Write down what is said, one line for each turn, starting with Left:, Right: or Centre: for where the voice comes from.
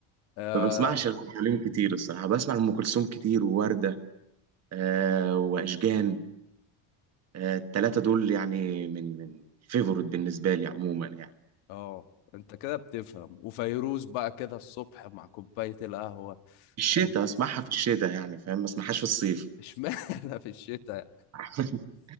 Left: اه
Right: ما بسمعش ام كلثوم كتير الصراحه بسمع ام كلثوم كتير وورده آه واشجان آه، التلاتة دول يعني من من فيفورت بالنسبة لي عموما يعني
Left: اه انت كده بتفهم وفيروز بقى كده الصبح مع كوبايه القهوه
Right: في الشتاء
Left: فاهم؟
Right: اسمعها في الشتاء يعني فاهم ما اسمعهاش في الصيف
Left: اشمعنى في الشتاء
Right: <laughs>